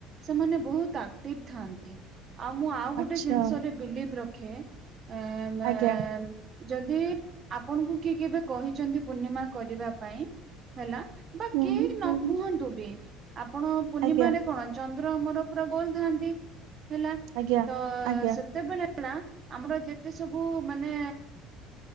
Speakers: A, on the right; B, on the right.
A: ସେମାନେ ବହୁତ ଆକ୍ଟିଭ ଥାଆନ୍ତି। ଆଉ ମୁଁ ଆଉ ଗୋଟେ
B: ଆଚ୍ଛା
A: ଜିନିଷରେ ବିଲିବ୍ ରଖେ ଏଁ ମେଁ
B: ଆଜ୍ଞା
A: ଯଦି ଆପଣଙ୍କୁ କିଏ କେବେ କହିଛନ୍ତି ପୂର୍ଣ୍ଣିମା କରିବା ପାଇଁ ହେଲା ବା
B: ହୁଁ
A: କେହି
B: ହୁଁ
A: ନ
B: ହୁଁ ହୁଁ
A: କୁହନ୍ତୁ ବି ଆପଣ ପୂର୍ଣ୍ଣିମାରେ
B: ଆଜ୍ଞା।
A: କଣ ଚନ୍ଦ୍ର ଆମର ପୁରା ଗୋଲ ଥାଆନ୍ତି ହେଲା
B: ଆଜ୍ଞା
A: ତ
B: ଆଜ୍ଞା।
A: ସେତେବେଳେ ଆମର ଯେତେ ସବୁ ମାନେ